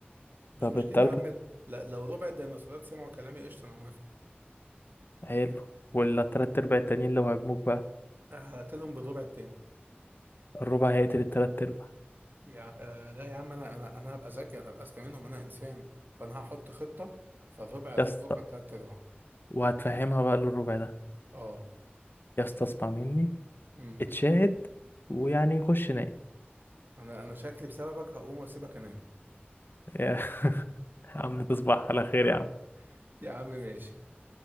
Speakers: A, on the right (about 55°); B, on the left (about 60°).
A: مش
B: طب
A: مشكلة
B: التالتة
A: يا عم لا لو ربع الديناصورات سمعوا كلامي قشطة أنا موافق
B: حلو ولا التلات ارباع التانيين لو هيجموك بقى
A: هقتلهم بالربع التاني
B: الربع هيقتل التلات ارباع
A: يا آه لا يا عم أنا أنا أنا هبقى ذكي أنا هبقى أذكى منهم أنا إنسان فأنا هحط خطة فالربع يتفوق
B: يا اسطى
A: على التلات أرباع
B: وهتفهمها بقى للربع ده
A: أه
B: يستصفى مني
A: أمم.
B: اتشاهد ويعني خش نام
A: أنا أنا شكلي بسببك هقوم وأسيبك أنام
B: <laughs> يا عم تصبح على خير يا عم
A: <laughs> يا عم ماشي